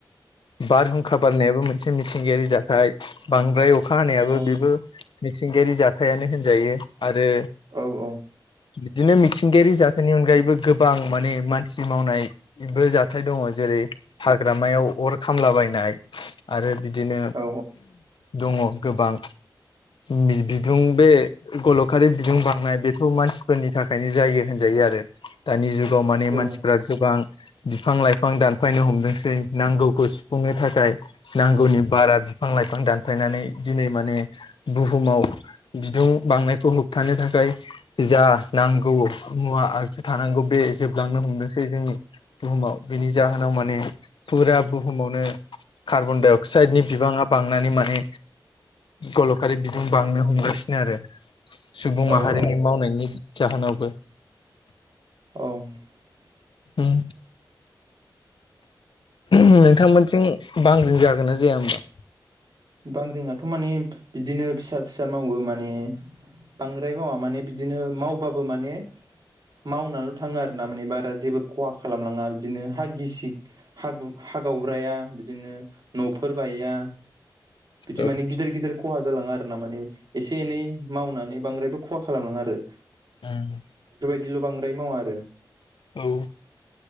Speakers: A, on the left; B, on the right.
A: बारहुंखा बारनायाबो मोनसे मिथिंगायारि जाथाय। बांद्राय अखा हानायाबो
B: औ
A: बेबो मिथिंगायारि जाथायानो होनजायो। आरो
B: औ औ
A: बिदिनो मि जाथायनि अनगायैबो गोबां माने मानसि मावनायबो जाथाय दङ'। जेरै हाग्रामायाव अर खामला बायनाय आरो बिदिनो
B: औ
A: दङ'। गोबां बि-बिदुं बे गल' खारि बिदुं बांनाय बेथ' मानसिफोरनि था नो जायोजायो आरो दानि जु गावमानि
B: औ
A: मानसिफ्रा गोबां बिफां लाइफां दानफायनो हमदोंसै नांगौखौ सुफुंनो थाखाय नांगौनि बारा बिफां लाइफां दानफायनानै दिनै माने बुहुमाव बिदुं बांनायखौ होबथानो थाखाय जा- नांगौ मुवा आगजु थानांगौ बे जोबलांनो हमदोंसै जोंनि बुहुमाव बेनि जाहोनाव माने फुरा बुहुमावनो कार्बन डाइ अक्साइडनि बिबाङा बांनानै माने गलखारि बिदुं बांनो हमगासिनो आरो सुबुं माहारिनि
B: औ औ
A: मावनायनि जाहोनावबो-
B: <unintelligible>
A: ओम नोंथांमोनजों बांग्रिं जागोन ना जाया होमबा
B: बांग्रिंआथ' माने बिदिनो फिसा फिसा मावो माने बांद्राय बावा माने बिद बिदिनो मावबाबो माने मावनानैल' थाङो आरो ना माने बारा जेबो खहा खालामलाङा बिदिनो हा गिसि हा गु हा गावब्राया बिदिनो नफोर बाया बिदि
A: औ
B: मानि गिदिर गिदिर खहा जालाङा आरो ना माने एसे एनै मावनानै बांद्रायबो खहा खालामलाङा आरो
A: ओम
B: दिल' बांद्राय मावा आरो
A: औ